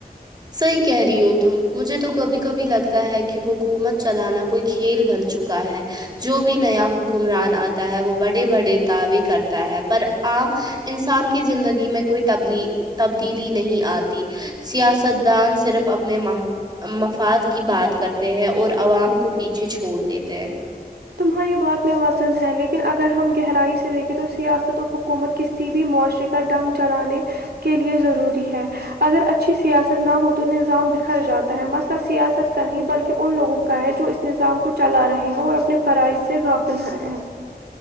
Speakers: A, on the right (about 25°); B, on the right (about 85°).
A: صحیح کہہ رہی ہو تم مجھے تو کبھی کبھی لگتا ہے کہ حکومت چلانا کوئی کھیل بن چکا ہے جو بھی نیا حکمران آتا ہے وہ بڑے بڑے دعوے کرتا ہے پر عام انسان کی زندگی میں کوئی ت تبدیلی نہیں آتی سیاستدان صرف اپنے م مفاد کی بات کرتے ہیں اور عوام کو پیچھے چھوڑ دیتے ہیں
B: تمہاری یہ بات میں وسن ہے لیکن اگر ہم گہرائی سے دیکھیں تو سیاست اور ح حکومت کسی بھی معاشرے کا ڈنگ چلانے کے لیے ضروری ہے اگر اچھی سیاست نہ ہو تو نظام بکھر جاتا ہے مسئلہ سیاست کا نہیں بلکہ ان لوگوں کا ہے جو اس نظام کو چلا رہے ہیں اور اپنے فرائض سے غافل ہو رہے ہیں